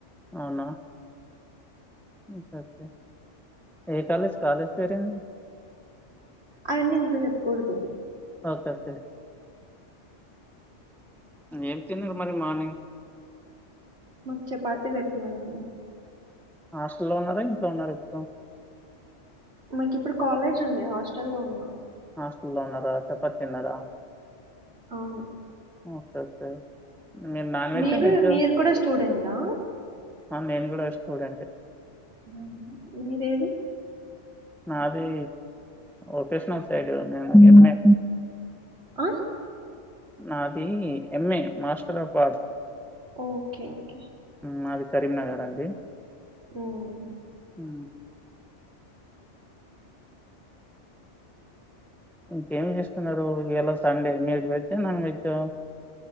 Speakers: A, in the centre; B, on the right.
A: అవునా ఉ ఫస్ట్ డే, ఏ కాలేజ్ కాలేజ్ పేరు ఏందీ
B: అయన్నీ, ఇంట్లో చెప్పకూడదు.
A: Okay, okay. ఏం తిన్నారు మరి మార్నింగ్
B: మాకు చపాతి పెడుతున్నారండీ
A: హాస్టల్లో ఉన్నారా? ఇంట్లో ఉన్నారు ఇప్పుడు?
B: మనకి ఇప్పుడు కాలేజ్ ఉంది హాస్టల్ లో ఉన్న
A: హాస్టల్లో ఉన్నారా చపాతి తిన్నారా
B: అవును.
A: ఓకే ఓకే మీరు నాన్ వెజ్జా
B: మీరు
A: వెజ్జా
B: మీరు కూడా స్టూడెంటా
A: అవును, నేను కూడా ఓ స్టూడెంట్.
B: అవును. మీది ఏది
A: నా అది ఒకేషనల్ సైడ్ ఎం ఏ
B: ఆ
A: నాది MA master of arts
B: okay, okay.
A: మాది కరీంనగర్ అండి,
B: ఓకే
A: ఊ ఇంకేం చేస్తున్నారు ఇవ్వాళ సండే మీరు వెజ్ ఆ నాన్ వెజ్ ఆ